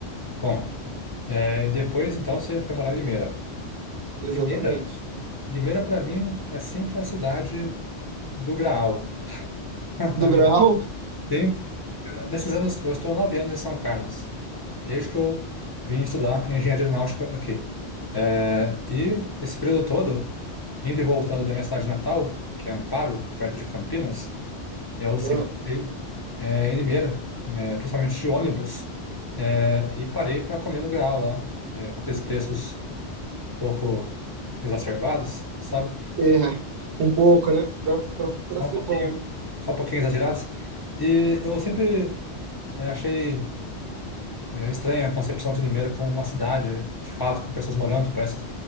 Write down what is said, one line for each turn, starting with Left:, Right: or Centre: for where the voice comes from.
Left: Bom, é, depois então você foi morar em Limeira.
Right: exatamente.
Left: Limeira, Limeira para mim é sempre a cidade do Graal, <laughs> na
Right: Do
Left: verdade.
Right: grau?
Left: Sim, nesses anos, eu estou há nove anos em São Carlos, desde que eu vim estudar engenharia aeronáutica aqui. É, e esse período todo, indo e voltando da minha cidade natal, que é Amparo, perto de Campinas, eu sempre
Right: Ah,
Left: é, em Limeira, né, principalmente de ônibus, é, e parei para comer no Graal lá, é, com aqueles preços um pouco exacerbados, sabe?
Right: é, um pouco, né? Pra, pra,
Left: Só
Right: pra ser
Left: um pouquinho,
Right: bom, né?
Left: só um pouquinho exagerados. E eu sempre é, achei é, estranha a concepção de Limeira como uma cidade, de fato, com pessoas morando, parece